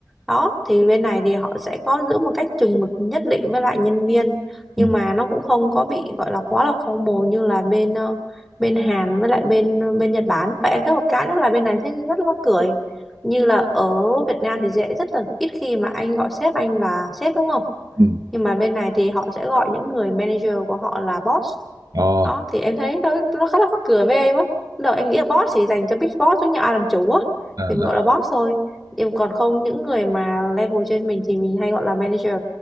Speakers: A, in the centre; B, on the right.
A: đó thì bên này thì họ sẽ có giữ một cách chừng mực nhất định với lại nhân viên nhưng
B: Ừ.
A: mà nó cũng không có bị gọi là quá là formal như là bên ờ, bên Hàn với lại bên ờ, bên Nhật Bản và em thấy một cái nữa là bên này thấy rất là mắc cười như là ở Việt Nam thì dễ rất là ít khi mà anh gọi sếp anh là sếp đúng không
B: Ừ.
A: nhưng mà bên này thì họ sẽ gọi những người manager của họ là boss
B: Ờ.
A: đó thì em thấy nó nó khá là mắc cười với em á lúc đầu em nghĩ là boss chỉ dành cho big boss với nhà ai làm chủ á
B: Ờ.
A: thì mình gọi là boss thôi nhưng còn không những người mà level trên mình thì mình hay gọi là manager